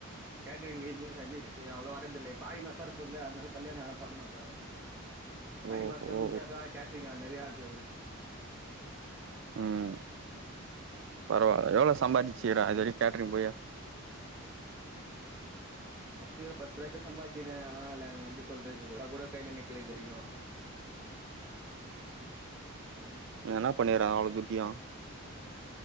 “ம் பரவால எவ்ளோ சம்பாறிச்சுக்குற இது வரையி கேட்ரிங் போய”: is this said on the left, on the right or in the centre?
Right